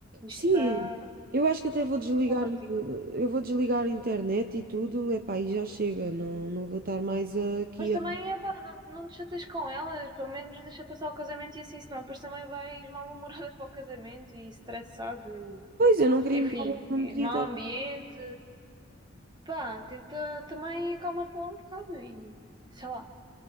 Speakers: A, on the right; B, on the right.
A: Sim,
B: está
A: eu acho que até vou desligar,
B: ótimo.
A: eh, eu vou desligar a internet e tudo, epá, e já chega, não, não vou estar mais aqui
B: Mas também,
A: a...
B: epá, não, não te chateias com elas, pelo menos deixa passar o casamento e assim, senão depois também vais mal-humorada para o casamento e estressada e,
A: Pois, eu não queria
B: enfim,
A: me estar, não me queria
B: e mau
A: estar...
B: ambiente. Pá, tenta também acalmar te lá um bocado e, sei lá,